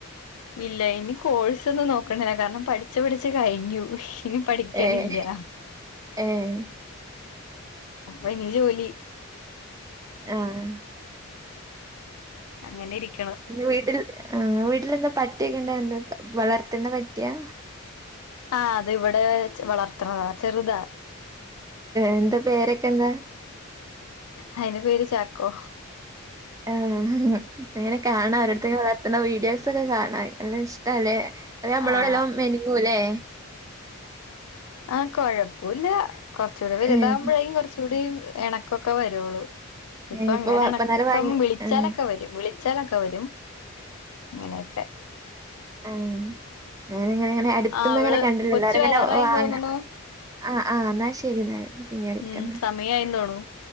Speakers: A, on the left; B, on the right.
A: ഇല്ല ഇനി കോഴ്സ് ഒന്നും നോക്കണില്ല കാരണം പഠിച്ച പഠിച്ച കഴിഞ്ഞു ഇനി പഠിക്കാനില്ല
B: ഏഹ് ഏഹ്
A: അപ്പൊ ഇനി ജോലി
B: ആഹ്
A: അങ്ങനെ ഇരിക്കണം
B: വീട്ടിൽ ആഹ് വീട്ടിലെ എന്താ പറ്റിയക്കെ ഇണ്ടാവ എന്താ വളർത്തുന്ന പട്ടിയാ
A: ആഹ് അത് ഇവിടെ വളർത്..... അത്ര ചെറുതാ
B: എന്താ പേരൊക്കെ എന്താ?
A: അയിന്റെ പേര് ചാക്കോ
B: ആ ങ്ങനെ കാണാം അവരുടുത്തേും വളത്തണ വീഡിയോസ് ഒക്കെ കാണാം എല്ലാം ഇഷ്ടല്ലേ..... തെ നമ്മളോടെല്ലാം
A: ആഹ്
B: മെനിങ്ങു ല്ലേ......
A: ആ കൊഴപ്പൊല്ല കൊറച്ചുടി വലുതാകുമ്പോഴേും
B: ഏഹ്
A: കൊറച്ചൂടി എണക്കൊക്കെ വരുള്ളൂ ഇപ്പൊ
B: ഏഹ്
A: അങ്ങനെ
B: ഇപ്പന്നാരെ വാങ്ങി
A: ണക്കം വിളിച്ചാലൊക്കെ
B: ആഹ്
A: വരും വിളി ച്ചലൊക്കെ വരും അങ്ങനെയൊക്കെ
B: ആ ഞാനിങ്ങനെ ങ്ങനെ അടുത്ത്ന്ന
A: ആഹ് അവള്
B: അങ്ങനെ കണ്ടില്ലല്ലാരങ്ങനെ
A: കൊച്ച് വരാറായെന്ന്
B: വാങ്ങ
A: തോന്നണു
B: ആ ആ ന്നാ ശരി എന്നാ പിന്നെ വിളിക്കന്ന
A: ഉം സമയായിന്ന് തോണു